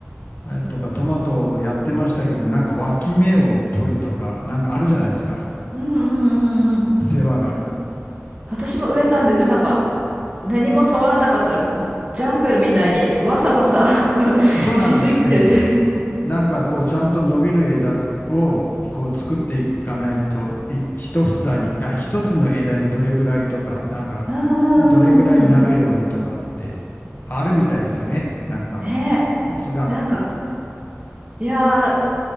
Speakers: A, on the left; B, on the right.
A: えとかトマトをやってましたけど、なんか脇芽を取るとか、なんかあるじゃないですか、
B: うんうんうんうん。
A: 世話が。
B: そう私も植えたんですよ。なんか、何も触らなかったら、ま、ジャングルみたいにわさわさ <laughs>
A: そうなんですよね。
B: しすぎてて
A: なんかこう、ちゃんと伸びる枝をこう作っていかないと、い一房に、あ、一つの枝にどれぐらいとか、なんかどれぐらいなるようにとかってあるみたいですよね。
B: うんうんうんうん。
A: なんか
B: ね
A: コツが。
B: え。なんか、いやー